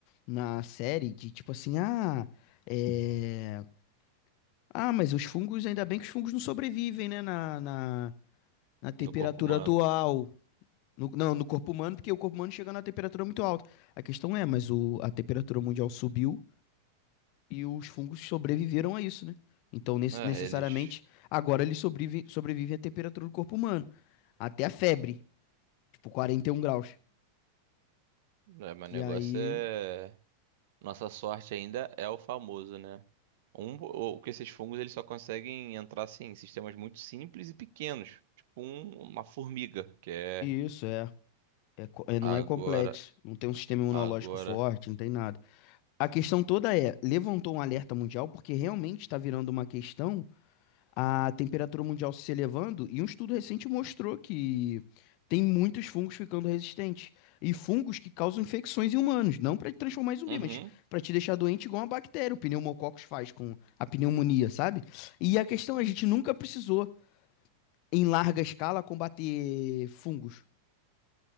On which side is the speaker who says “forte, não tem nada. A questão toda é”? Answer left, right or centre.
Left